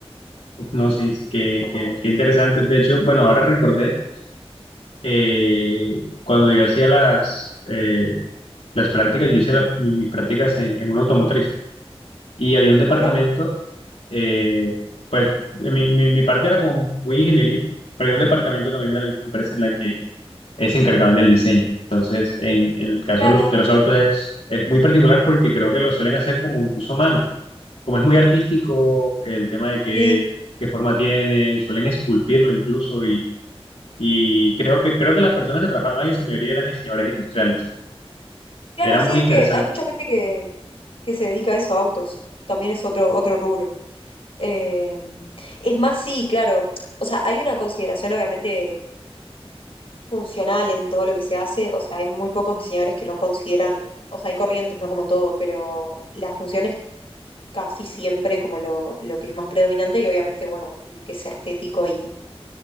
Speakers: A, on the left (about 80°); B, on the left (about 65°).
A: Uf, no sé, sí, qué,
B: Pasa
A: qué-
B: mucho.
A: qué interesante. De hecho, bueno, ahora recordé, eh, cuando yo hacía las, eh, las prácticas, yo hice la- mi- mis prácticas en, en una automotriz. y había un departamento,
B: Ah, mirá.
A: eh, pues mi, mi, mi parte era como muy ingenieril, pero había un departamento también de la misma empresa en la que eh, se encargaban del diseño. Entonces, en, el caso
B: Claro,
A: de los, de los autos es, es muy particular porque creo que lo suelen hacer como incluso a mano. Como es muy artístico, el tema de qué,
B: sí.
A: qué forma tiene, suelen esculpirlo incluso y, y creo que, creo que las personas que trabajaban ahí, en su mayoría eran diseñadores industriales.
B: Claro,
A: Era
B: sí,
A: muy
B: es
A: interesante.
B: que hay mucha gente que, que se dedica a eso, a autos. También es otro, otro rubro. Eh, es más, sí, claro. O sea, hay una consideración obviamente funcional en todo lo que se hace. O sea, hay muy pocos diseñadores que no consideran, o sea, hay corrientes, no como en todo, pero las funciones casi siempre como lo, lo que es más predominante y obviamente, bueno, el que sea estético y